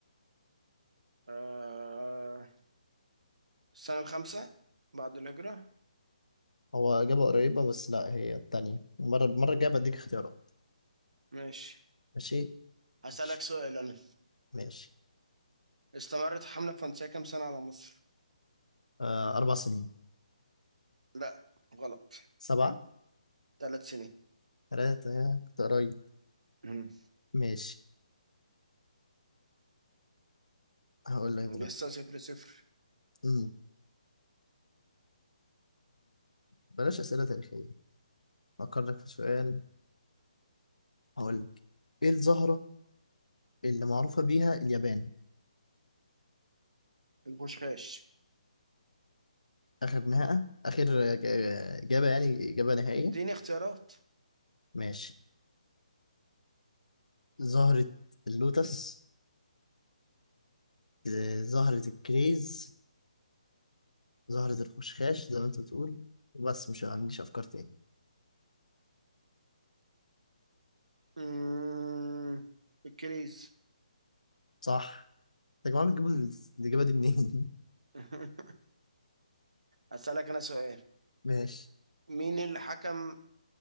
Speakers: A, on the right; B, on the left.
A: آه... السنة الخامسة بعد الهجرة
B: هو إجابة قريبة بس لا هي التانية المرة المرة الجاية بديك اختيارات
A: ماشي
B: ماشي
A: هسألك
B: ماشي
A: سؤال انا
B: ماشي
A: استمرت الحملة الفرنسية كام سنة على مصر
B: آه أربع سنين
A: لا غلط
B: سبعة
A: ثلاث سنين
B: تلاتة كنت قريب
A: مم.
B: ماشي هقول لك دلوقتي
A: لسه صفر صفر
B: مم. بلاش أسئلة تاريخية أفكر لك في سؤال هقول لك إيه الزهرة اللي معروفة بيها اليابان
A: الخشخاش
B: آخر نهاية آخر ج- إجابة يعني إجابة نهائية
A: اديني اختيارات
B: ماشي زهرة اللوتس آه، زهرة الكريز زهرة الخشخاش زي ما أنت بتقول بس مش عنديش أفكار تاني
A: مم. الكريز
B: صح يا جماعة بتجيبوا ال- الإجابة دي منين
A: <laughs> هسألك أنا سؤال
B: <laughs> ماشي
A: مين اللي حكم